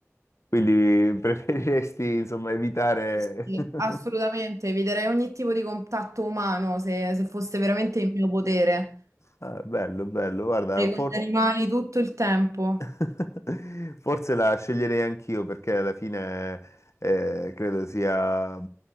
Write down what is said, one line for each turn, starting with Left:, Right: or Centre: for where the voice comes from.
Left: Quindi preferiresti, insomma, evitare...
Right: Sì, sì,
Left: <laughs>
Right: assolutamente, eviterei ogni tipo di contatto umano se, se fosse veramente in mio potere.
Left: Ah, bello, bello, guarda,
Right: Sarei con
Left: for-
Right: gli animali tutto il tempo.
Left: <laughs> forse la sceglierei anch'io perché alla fine eh, credo sia...